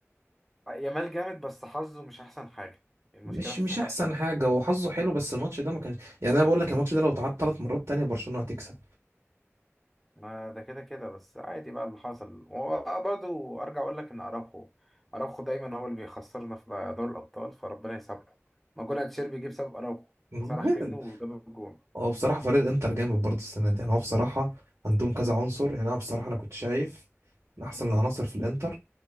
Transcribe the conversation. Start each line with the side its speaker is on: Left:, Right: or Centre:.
Centre: يامال جامد بس حظه مش احسن حاجة المشكلة
Right: مش
Centre: في
Right: مش احسن حاجه هو حظه حلو بس الماتش ده ما كانش يعني انا بقول لك الماتش ده لو اتعاد ثلاث مرات تانية برشلونه هتكسب
Centre: ما ده كده كده بس عادي بقى اللي حصل هو برضه ارجع اقول لك ان اراوخو اراوخو دايما هو اللي بيخسرنا في دوري الابطال فربنا يسامحه ما جون اتشيربي جه بسبب اراوخو
Right: <laughs>
Centre: سرح منه وجاب الجون
Right: هو بصراحه فريق انتر جامد برضه السنه دي يعني هو بصراحه عندهم كذا عنصر يعني انا بصراحه انا كنت شايف من احسن العناصر في الانتر